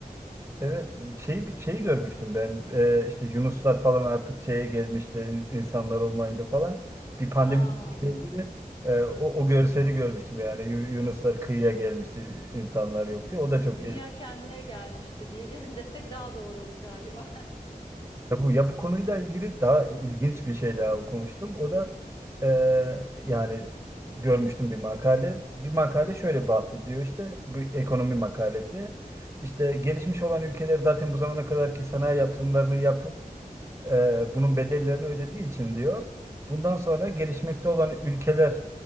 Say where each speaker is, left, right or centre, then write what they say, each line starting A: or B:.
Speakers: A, on the right; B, on the left.
A: Evet, şey bir şey görmüştüm ben Ee, işte Yunuslar falan artık şeye gelmişti in- insanlar olmayınca falan bir pandemi
B: Aa,
A: ile ilgili e, o, o görseli görmüştüm yani Yu- Yunuslar kıyıya gelmişti insanlar yok diye o da çok
B: dünya
A: ilginç.
B: kendine gelmişti diyelim <laughs> desek daha doğru olur galiba.
A: Ya bu ya bu konuyla ilgili daha ilginç bir şey daha okumuştum o da e, yani görmüştüm bir makale bir makale şöyle bahsediyor işte bu ekonomi makalesi. İşte gelişmiş olan ülkeler zaten bu zamana kadarki sanayi yatırımlarını yapıp e, bunun bedellerini ödediği için diyor. Bundan sonra gelişmekte olan ülkeler